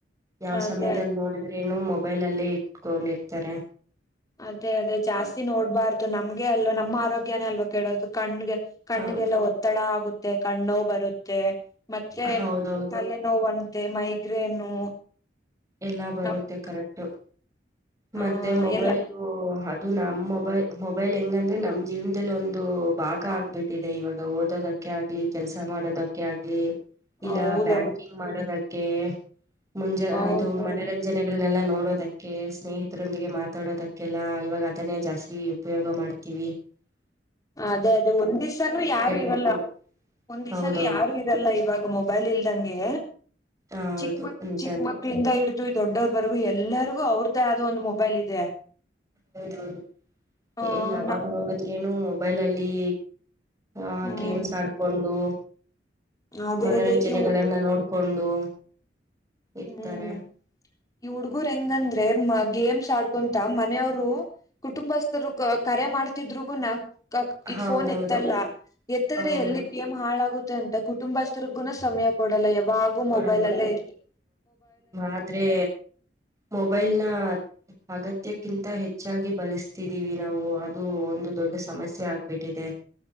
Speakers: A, on the right (about 20°); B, on the left (about 20°).
A: ಯಾವ್
B: ಅದೇ
A: ಸಮಯದಲ್ಲಿ ನೋಡಿದ್ರ ೇನು ಮೊಬೈಲ್ ಅಲ್ಲೇ ಇಟ್ಕೊಂಡಿರ್ತಾರೆ
B: ಅದೇ ಅದೇ ಜಾಸ್ತಿ
A: ಹ
B: ನೋಡ್ಬಾರ್ದು ನಮ್ಗೆ ಅಲ್ವಾ ನಮ್ಮ ಆರೋಗ್ಯನೇ ಅಲ್ವಾ ಕೆಡೋದು ಕಣ್ಣಗೆ ಕಣ್ಣಿಗೆಲ್ಲ
A: ಹೌದು.
B: ಒತ್ತಡ ಆಗುತ್ತೆ ಕಣ್ಣೋ ಬರುತ್ತೆ ಮತ್ತೆ
A: ಹೌದೌದು
B: ತಲೆನೋವಂತೆ ಮೈಗ್ರೇನು
A: ಎಲ್ಲಾ ಬರುತ್ತೆ
B: ನಮ್
A: ಕರೆಕ್ಟ್ ಮತ್ತೆ
B: ಆ
A: ಮೊಬೈಲು
B: ಎಲ್ಲ
A: ಇದು ನಮ್ಮ್ ಮೊಬೈಲ್ ಮೊಬೈಲ್ ಹೆಂಗಂದ್ರೆ ನಮ್ ಜೀವನದಲ್ಲಿ ಒಂದು ಭಾಗ ಆಗ್ಬಿಟ್ಟಿದೆ ಇವಾಗ ಓದೋದ ಕೆ ಆಗ್ಲಿ ಕೆಲಸ ಮಾಡೋದಕ್ಕೆ ಆಗ್ಲಿ ಇಲ್ಲ
B: ಹೌದೌದು
A: ಬ್ಯಾಂಕಿಂಗ್ ಮಾಡೋದಕ್ಕೆ ಮುಂಜಾ
B: ಹೌದೌದು
A: ಇದು ಮನರಂಜನೆ ಲ್ಲ ನೋಡೋದಕ್ಕೆ ಸ್ನೇಹಿತರೊಂದಿಗೆ ಮಾತಾಡೋದಕ್ಕೆಲ್ಲ ಇವಾಗ ಅದನ್ನೇ ಜಾಸ್ತಿ ಉಪಯೋಗ ಮಾಡ್ತೀವಿ ಹ್ <unintelligible>
B: ಅದೇ ಅದೇ ಒಂದ್ ದಿವ್ಸಾನು ಯಾರು ಇರಲ್ಲ
A: ಬೇಕು
B: ಒಂದ್ ದಿವ್ಸಾನೂ
A: ಹೌದೌದು
B: ಯಾರು ಇರಲ್ಲ ಇವಾಗ ಮೊಬೈಲ್ ಇಲ್ದಂಗೆ
A: ಹೌದು
B: ಚಿಕ್ಕ ಮಕ್
A: ನಿಜಾನೆ
B: ಚಿಕ್ಕ ಮಕ್ಳಿಂದ ಇಡ್ ದೊಡ್ಡವ್ರ ಬರ್ಗು ಎಲ್ಲರಿಗೂ ಅವ್ರ್ದೇ ಆದೋ ಒಂದು ಮೊಬೈಲ್ ಇದೆ
A: ಹೌದೌದು
B: ಆ
A: ಏಯ ಯಾವಾಗ
B: ನ
A: ನೋಡಿದ್ರಿ ನ ಮೊಬೈಲ ಅಲ್ಲಿ ಆ
B: ಹ್ಮ್
A: ಗೇಮ್ಸ್ ಆಡ್ಕೊಂಡು
B: ಅದೇ
A: ಮನೋರಂಜನೆಗಳೆನ್ನ
B: ಅದೇ ಇವು
A: ನೋಡ್ಕೊಂಡು ಇರ್ತಾರೆ
B: ಹ್ಮ್ ಈ ಹುಡ್ಗುರ್ ಹೆಂಗಂದ್ರೆ ಮ ಗೇಮ್ಸ್ ಆಡ್ಕೊಂತ ಮನೆಯವರು ಕುಟುಂಬಸ್ಥರು ಕರೆ ಮಾಡ್ತಿದ್ರುಗು ನ ಇಟ್
A: ಹೌದೌದು
B: ಫೋನ್ ಎತ್ತಲ್ಲ ಎತ್ತದ್ರೆ
A: ಹೌದು
B: ಎಲ್ಲಿ ಗೇಮ್ ಹಾಳಾಗ ಅಂತ ಕುಟುಂಬಸ್ಥರಿಗುನ ಸಮಯ ಕೊಡಲ್ಲ ಯಾವಾಗೂ
A: ಕೊಡಲ್ಲ
B: ಮೊಬೈಲ್ ಅಲ್ಲೇ ಇರ್ತ್ತ
A: ಆದ್ರೆ ಮೊಬೈಲ್ ನ ಅಗತ್ಯಕ್ಕೆ ಕಿಂತ ಹೆಚ್ಚಾಗಿ ಬಳಸ್ತಿದೀವಿ ನಾವು ಅದು ಒಂದು ದೊಡ್ಡ ಸಮಸ್ಯೆ ಆಗ್ಬಿಟ್ಟಿದೆ